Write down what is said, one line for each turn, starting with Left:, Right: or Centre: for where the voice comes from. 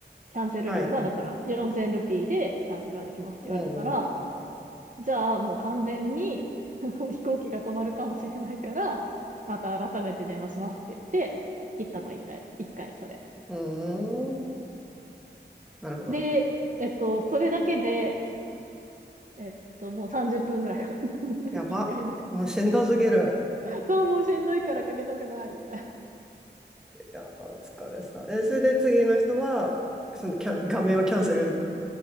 Right: キャンセル料が、
Centre: はいはい。
Right: だから4000ルピーでキャンセルはできますって言われたから、
Centre: うんうん。う
Right: じゃあもう完全にあの <laughs> 飛行機が止まるかもしれないから、また改めて電話しますって言って、切ったの一回、一回、それ。
Centre: んうん。なるほど。
Right: で、えっと、それだけで、えっと、もう30分ぐらいかかったのね、
Centre: やば。
Right: 一回目。
Centre: もうしんどすぎる。
Right: そう、もうしんどいからかけたくない、みたいな。
Centre: いや、お疲れさ。え、それで次の人は、そのキャン、画面をキャンセル